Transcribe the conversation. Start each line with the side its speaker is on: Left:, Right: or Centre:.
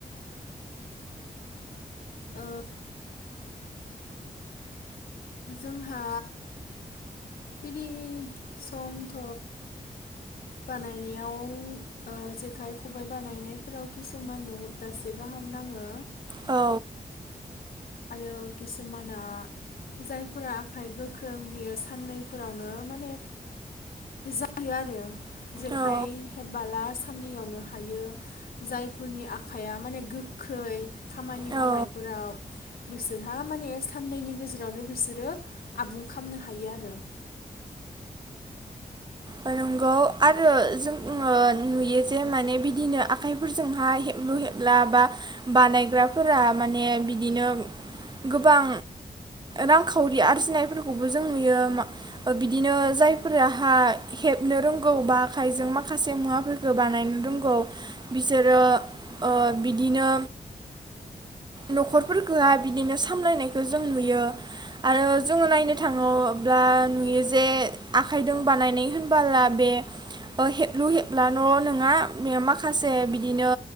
Left: ओ जोंहा बिदि समथ' बानायनायाव ओ जेखाइ खबाइ बानायनायफोराव किसुमान न' दासे गाहाम नाङो
Right: औ
Left: आरो किसुमाना जायफोरा आखाइ गोख्रों बियो साननैफोरावनो माने जायो आरो जेखाइ
Right: औ
Left: हेबबाला साननैयावनो हायो जायफोरनि आखाइया माने गोख्रै खामानि
Right: औ
Left: मावनायफोराव बिसोरहा माने साननैनि गेजेरावनो बिसोरो आबुं खामनो हायो आरो
Right: ओ नंगौ आरो जोङो नुयो जे माने बिदिनो आखाइफोरजोंहाय हेबलु हेबला बा बानायग्राफोरा माने बिदिनो गोबां रां खावरि आरजिनायफोरखौबो जों नुयो मा बिदिनो जायफोराहाय हेबनो रोंगौ बा आखाइजों माखासे मुवाफोरखौ बानायनो रोंगौ बिसोरो ओ बिदिनो नखरफोरखौहा बिदिनो सामलायनायखौ जों नुयो आरो जोङो नायनो थाङोब्ला नुयो जे आखाइदों बानायनाय होनबाला बे ओ हेबलु हेबब्ला ननों बे माखासे बिदिनो